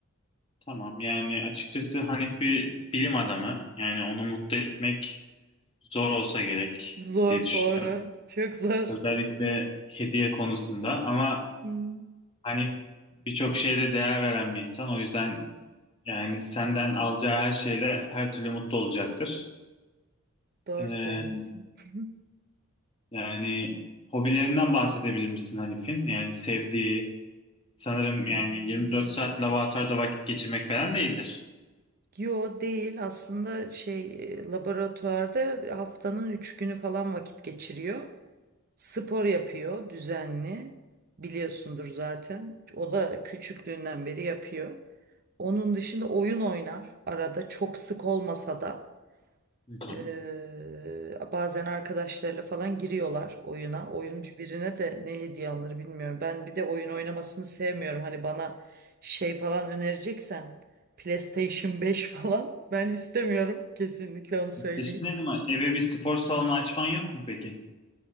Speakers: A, on the left; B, on the right.
A: Tamam yani açıkçası Hanif bir bilim adamı. Yani onu mutlu etmek Zor olsa gerek
B: Zor
A: diye düşünüyorum.
B: doğru. Çok zor.
A: Özellikle hediye konusunda ama
B: Hmm.
A: hani birçok şeye de değer veren bir insan. O yüzden yani senden alacağı her şeyle her türlü mutlu olacaktır.
B: Doğru
A: Ee,
B: söylüyorsun. <laughs>
A: yani hobilerinden bahsedebilir misin Hanif'in? Yani sevdiği sanırım yani
B: Hmm.
A: 24 saat laboratuvarda vakit geçirmek falan değildir.
B: Yo değil aslında şey e, laboratuvarda haftanın üç günü falan vakit geçiriyor. Spor yapıyor düzenli biliyorsundur zaten. O da küçüklüğünden beri yapıyor. Onun dışında oyun oynar arada çok sık olmasa da.
A: Hı hı.
B: Eee, bazen arkadaşlarıyla falan giriyorlar oyuna. Oyuncu birine de ne hediye alınır bilmiyorum. Ben bir de oyun oynamasını sevmiyorum. Hani bana şey falan önereceksen PlayStation 5 <laughs> falan ben istemiyorum. Kesinlikle onu söyleyeyim.
A: Düşünelim ama eve bir spor salonu açman yok mu peki?